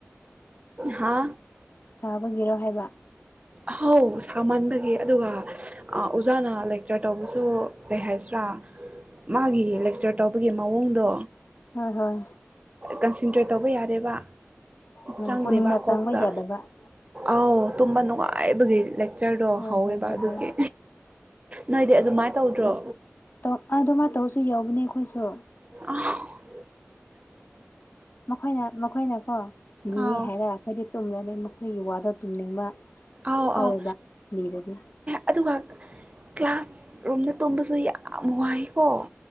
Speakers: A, on the right; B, on the left.
A: ꯍꯥ
B: ꯁꯥꯕꯒꯤꯔꯣ ꯍꯥꯏꯕ
A: ꯑꯍꯥꯎ ꯁꯥꯃꯟꯕꯒꯤ ꯑꯗꯨꯒ ꯑꯣꯖꯥꯅ ꯂꯦꯛꯆꯔ ꯇꯧꯕꯁꯨ ꯀꯩ ꯍꯥꯏꯁꯤ꯭ꯔꯥ ꯃꯥꯒꯤ ꯂꯦꯛꯆꯔ ꯇꯧꯕꯒꯤ ꯃꯑꯣꯡꯗꯣ
B: ꯍꯣꯏ ꯍꯣꯏ
A: ꯀꯟꯁꯦꯟꯇ꯭ꯔꯦꯠ ꯇꯧꯕ ꯌꯥꯔꯦꯕ
B: ꯍꯣꯏ
A: ꯆꯪꯗꯦꯕ
B: ꯄꯨꯛꯅꯤꯡꯅ ꯆꯪꯕ
A: ꯀꯣꯛꯇ
B: ꯌꯥꯗꯕ
A: ꯑꯥꯎ ꯇꯨꯝꯕ ꯅꯨꯡꯉꯥꯏꯕꯒꯤ ꯐꯛꯆꯔꯗꯣ
B: ꯍꯣꯏ
A: ꯍꯧꯋꯦꯕ
B: ꯍꯣꯏ ꯍꯣꯏ
A: ꯑꯗꯨꯒꯤ
B: ꯍꯣꯏ
A: ꯅꯣꯏꯗꯤ ꯑꯗꯨꯃꯥꯏꯅ ꯇꯧꯗ꯭ꯔꯣ
B: ꯧ ꯑꯥꯗ ꯃꯥ ꯇꯧꯔꯁꯨ ꯌꯥꯎꯕꯅꯦ ꯑꯩꯈꯣꯏꯁꯨ
A: ꯑ
B: ꯃꯈꯣꯏꯅ ꯃꯈꯣꯏꯅꯀꯣ ꯂꯤꯌꯦ
A: ꯑꯥꯎ
B: ꯍꯥꯏꯔ ꯍꯥꯏꯗꯤ ꯇꯨꯝꯔꯅꯤ ꯃꯈꯣꯏꯒꯤ ꯋꯥꯗ ꯇꯨꯝꯅꯤꯡꯕ
A: ꯑꯥꯎ
B: ꯐꯥꯎꯋꯦꯕ
A: ꯑꯥꯎ
B: ꯂꯤꯔꯗꯤ
A: ꯑꯗꯨꯒ ꯀ꯭ꯂꯥꯁ ꯔꯣꯝꯗ ꯇꯣꯝꯕꯁꯨ ꯌꯥꯝ ꯋꯥꯏꯀꯣ